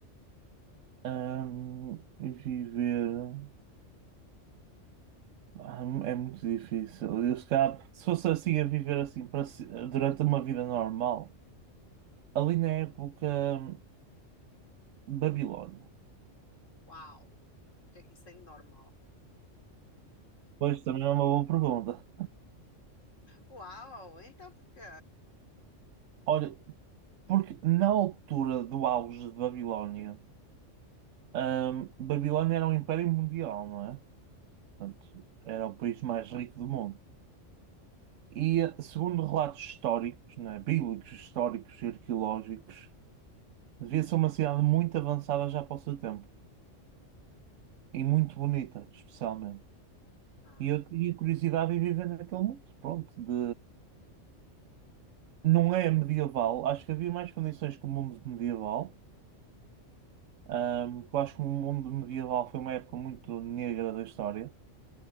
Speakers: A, on the right; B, on the left.
A: hum, viver. Ah, é muito difícil. Eu, se calhar, se fosse assim a viver assim para se- durante uma vida normal, ali na época hum, Babilónia.
B: Uau, o que é que isso tem de normal?
A: Pois também é uma boa pergunta.
B: Uau, então porquê?
A: Olha, porque na altura do auge de Babilónia, hum, Babilónia era um império mundial, não é? Portanto,
B: Uhum.
A: era o país mais rico do mundo. E, segundo relatos históricos, né, bíblicos, históricos e arqueológicos, devia ser uma cidade muito avançada já para o seu tempo. E muito bonita, especialmente.
B: Ah,
A: E eu tinha curiosidade em viver naquele mundo. Pronto, de... Não é medieval. Acho que havia mais condições que o mundo medieval. Ahm, porque eu acho que o mundo medieval foi uma época muito negra da história.